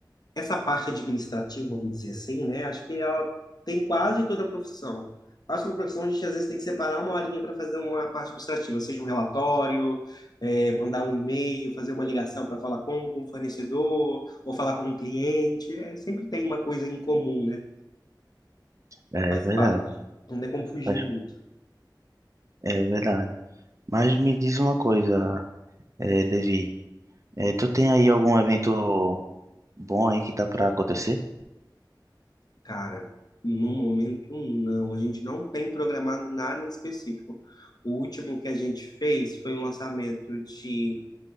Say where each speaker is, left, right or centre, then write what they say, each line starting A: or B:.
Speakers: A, on the left; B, on the right.
A: essa parte administrativa, vamos dizer assim, né? Acho que ela tem quase toda a profissão. Quase toda a profissão, a gente às vezes tem que separar uma horinha para fazer uma parte administrativa, seja um relatório, é, mandar um e-mail, fazer uma ligação para falar com um fornecedor, ou falar com um cliente. É, sempre tem uma coisa em comum, né?
B: é
A: Faz
B: verdade,
A: parte. Não tem como fugir
B: Acho-
A: muito.
B: é verdade. Mas me diz uma coisa, eh, Levi, eh, tu tem aí algum evento bom aí que tá para acontecer?
A: Cara, no momento não. A gente não tem programado nada em específico. O último que a gente fez foi o lançamento de